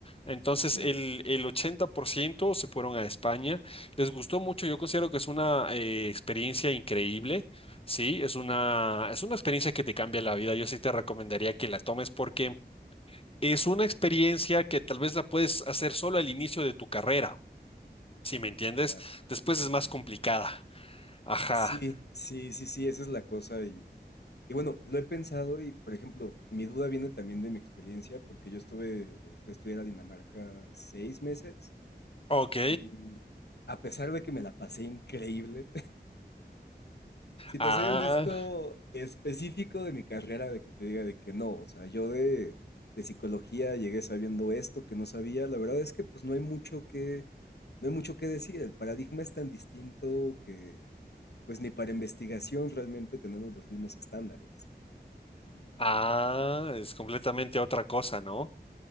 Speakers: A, on the left (about 30°); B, on the left (about 70°).
A: Entonces,
B: sí,
A: el, el 80% se fueron a España les gustó mucho, yo considero que es una eh, experiencia increíble, sí, es una, es una experiencia que te cambia la vida, yo sí te recomendaría que la tomes porque es una experiencia que tal vez la puedes hacer solo al inicio de tu carrera, si me entiendes,
B: claro,
A: después
B: sí.
A: es más complicada, ajá,
B: Sí, sí, sí, sí, esa es la cosa y, y bueno, lo he pensado y, por ejemplo, mi duda viene también de mi experiencia porque yo estuve, eh, fui a estudiar a Dinamarca seis meses
A: ok,
B: y a pesar de que me la pasé increíble, Si te
A: ah,
B: soy honesto, específico de mi carrera, de que te diga de que no, o sea, yo de, de psicología llegué sabiendo esto que no sabía, la verdad es que pues no hay mucho que, no hay mucho que decir, el paradigma es tan distinto que pues ni para investigación realmente tenemos los mismos estándares. Y
A: ah, es completamente otra cosa, ¿no?